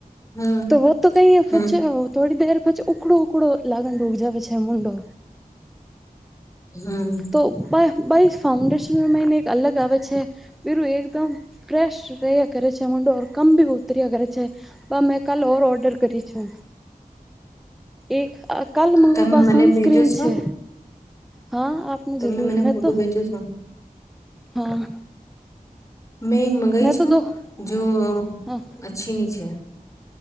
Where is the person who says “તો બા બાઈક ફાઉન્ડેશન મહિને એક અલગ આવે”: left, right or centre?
Centre